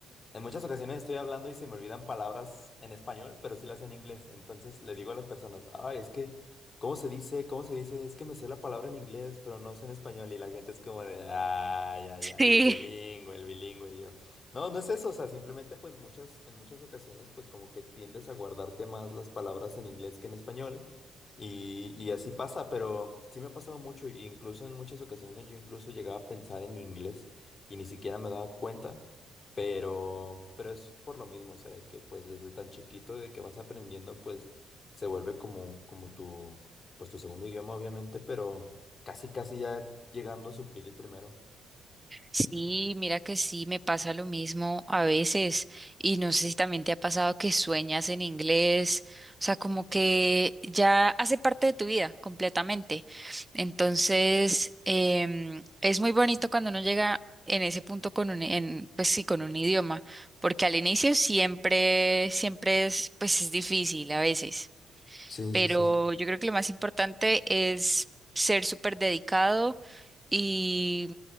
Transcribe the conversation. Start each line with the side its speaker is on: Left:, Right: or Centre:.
Left: En muchas ocasiones estoy hablando y se me olvidan palabras en español, pero sí las sé en inglés. Entonces le digo a las personas, ay, es que, ¿cómo se dice? ¿Cómo se dice? Es que me sé la palabra en inglés, pero no sé en español. Y la gente es como de, ay, ay,
Right: Sí.
Left: ay, el bilingüe, el bilingüe. Y yo, no, no es eso. O sea, simplemente pues muchas, en muchas ocasiones pues como que tiendes a guardarte más las palabras en inglés que en español. Y, y así pasa, pero sí me ha pasado mucho. y Incluso en muchas ocasiones yo incluso llegaba a pensar en inglés y ni siquiera me daba cuenta. Pero, pero es por lo mismo, o sea, de que pues desde tan chiquito de que vas aprendiendo, pues se vuelve como, como tu, pues tu segundo idioma, obviamente, pero casi, casi ya llegando a suplir el primero.
Right: Sí, mira que sí, me pasa lo mismo a veces y no sé si también te ha pasado que sueñas en inglés, o sea, como que ya hace parte de tu vida completamente. Entonces, em, es muy bonito cuando uno llega en ese punto con un, en, pues sí, con un idioma, porque al inicio siempre, siempre es, pues es difícil a veces,
Left: Sí,
Right: pero
Left: sí, sí,
Right: yo creo que lo más importante es ser súper dedicado y,